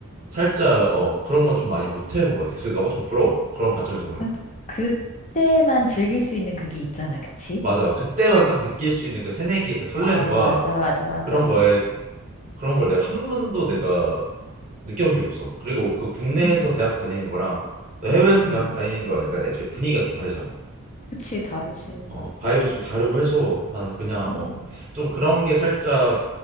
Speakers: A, on the right; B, on the left.
A: 살짝 어 그런 건 좀 많이 못 해본 것 같아. 그래서 너가 좀 부러워. 그런 관점에서 보면.
B: 아, 그때만 즐길 수 있는 그게 있잖아, 그치?
A: 맞아. 그때만 딱 느낄 수 있는 그 새내기의 그 설렘과
B: 아 맞아, 맞아, 맞아.
A: 그런 거에 그런 걸 내가 한 번도 내가 느껴본 적이 없어. 그리고 그 국내에서
B: 음.
A: 대학교 다니는 거랑 또 해외에서
B: 음,
A: 대학교 다니는 거랑 약간 애초에 분위기가 좀 다르잖아.
B: 그치, 다르지.
A: 어, 바이브도 좀 다르고 해서 난 그냥
B: 음,
A: 어, 좀 그런 게 살짝